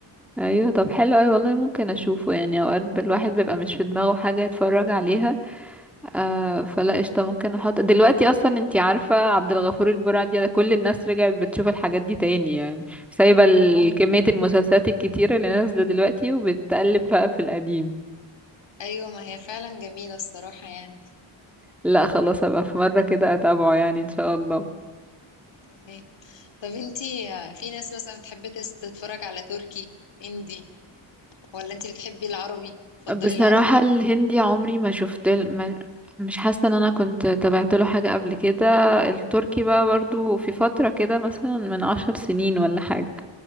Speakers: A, in the centre; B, on the left (about 60°).
A: ايوه طب حلو ايوه والله ممكن اشوفه يعني اوقات الواحد بيبقى مش في دماغه حاجه يتفرج عليها آه فلا قشطة ممكن احط دلوقتي اصلا انتي عارفة عبد الغفور البرعي ده كل الناس رجعت بتشوف الحاجات دي تاني يعني سايبة ال-
B: عمر.
A: كمية المسلسلات الكتيرة اللي نازلة دلوقتي وبتقلب بقى في القديم
B: أيوه ما هي فعلا جميلة الصراحة يعني
A: لا خلاص هبقى في مرة كده اتابعه يعني ان شاء الله
B: تمام طب انتي في ناس مثلا بتحب تس- تتفرج على تركي هندي ولا انتي بتحبي العربي تفضلي
A: بصراحة
B: العربي
A: الهندي عمري ما شفت ال- ما مش حاسة ان انا كنت تابعت له حاجة قبل كده التركي بقى برضو في فترة كده مثلا من عشر سنين ولا حاجة